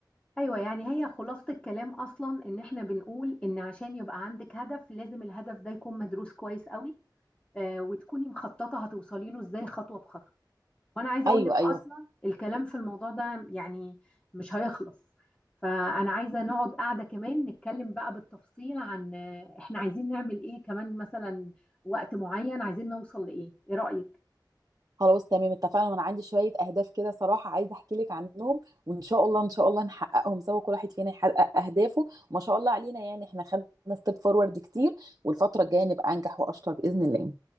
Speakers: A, on the left; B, on the right.
A: ايوه يعني هي خلاصة الكلام اصلا ان احنا بنقول ان عشان يبقى عندك هدف لازم الهدف ده يكون مدروس كويس قوي آه وتكوني مخططة هتوصلي له ازاي خطوة بخطوة وانا عايزة
B: ايوه
A: اقول لك
B: ايوه
A: اصلا الكلام في الموضوع ده يعني مش هيخلص فانا عايزة نقعد قاعدة كمان نتكلم بقى بالتفصيل عن آه، احنا عايزين نعمل ايه كمان مثلا وقت معين عايزين نوصل لايه ايه رأيك
B: خلاص تمام اتفقنا وانا عندي شوية اهداف كده صراحة عايزة احكي لك عنهم وان شاء الله ان شاء الله نحققهم سوا كل واحد فينا يحقق اهدافه وما شاء الله علينا يعني احنا خدنا ستيب فورورد كتير والفترة الجاية نبقى انجح واشطر بإذن الله